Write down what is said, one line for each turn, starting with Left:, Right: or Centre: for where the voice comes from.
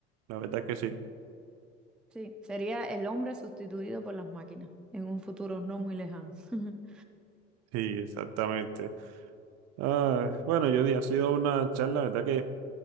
Right: La verdad que sí.
Centre: Sí, sería el hombre sustituido por las máquinas en un futuro no muy lejano. <laughs>
Right: Sí, exactamente. Ah, bueno, Jody, ha sido una charla, la verdad que